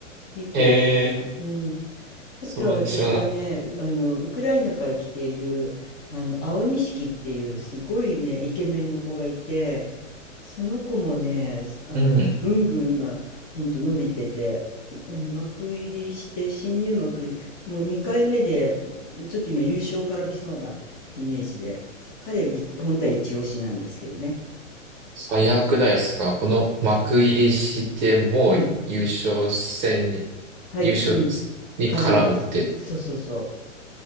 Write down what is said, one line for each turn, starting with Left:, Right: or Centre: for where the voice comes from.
Left: 2個ですね。
Right: ええー、
Left: うん。
Right: そうね知らない。
Left: あとは私はね、うあの、ウクライナから来ている、あの、青錦っていうすごいね、イケメンの子がいて、その子もね、すあの、
Right: うん。
Left: ぐんぐん今、ほんと伸びてて、うん幕入りして、新入幕、もう2回目で、ちょっと今優勝からびそうなイメージで、彼はい、本当は一押しなんですけどね。
Right: 早くないですかこの幕入りして、もう優勝戦に、
Left: うん。はい、
Right: 優勝
Left: うん。
Right: に絡むって、
Left: 絡んでます。そうそうそ